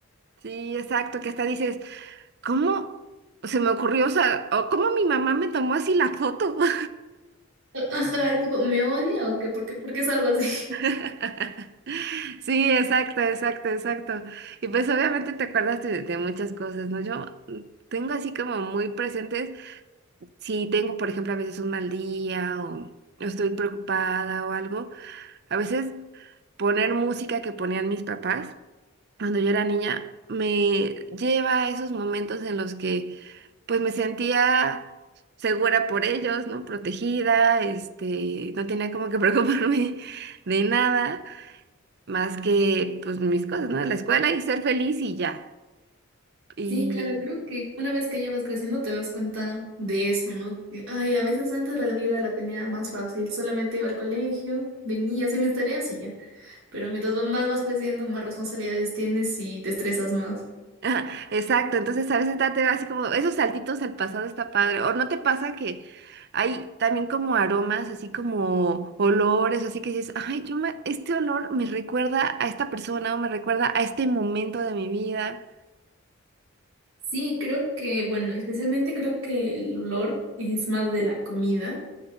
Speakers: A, on the right; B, on the right.
A: Sí, exacto, que hasta dices, ¿cómo se me ocurrió? O sea, o ¿cómo mi mamá me tomó así la foto? <laughs>
B: Ajá, el tipo, ¿me odia o qué? ¿Por qué? ¿Por qué es algo así?
A: <laughs> Sí, exacto, exacto, exacto. Y pues obviamente te acuerdas de, de muchas cosas, ¿no? Yo mm, tengo así como muy presentes, si tengo, por ejemplo, a veces un mal día o estoy preocupada o algo, a veces poner música que ponían mis papás cuando yo era niña me lleva a esos momentos en los que pues me sentía segura por ellos, ¿no? Protegida, este, no tenía como que preocuparme <laughs> de nada más que pues mis cosas, ¿no? La escuela y ser feliz y ya. Y
B: Sí, claro, creo que una vez que ya vas creciendo te das cuenta de eso, ¿no? De, Ay, a veces antes la vida la tenía más fácil, solamente iba al colegio, venía, hacía mis tareas y ya. Pero mientras va- más vas creciendo, más responsabilidades tienes y te estresas más.
A: <laughs> ajá, exacto, entonces a veces date así como esos saltitos al pasado está padre. O no te pasa que hay también como aromas, así como olores, así que dices, ay, yo me, este olor me recuerda a esta persona o me recuerda a este momento de mi vida.
B: Sí, creo que, bueno, especialmente creo que el olor es más de la comida,